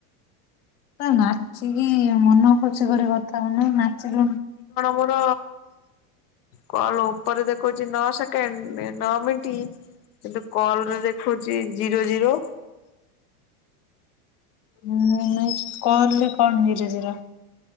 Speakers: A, on the left; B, on the left.
A: ନାଚିକି ମନ ଖୋସି କରି କଥା କ ନା ନାଚିଲ
B: ମୋର ହ କଣ ଉପରେ ଦେଖଉଛି ନଅ ସେକେଣ୍ଡ ନଅ ମିନିଟ୍। କିନ୍ତୁ କଲରେ ଦେଖୁଛି ଜିରୋ ଜିରୋ।
A: ହୁଁ ନ କହିଲ କଣ zero zero?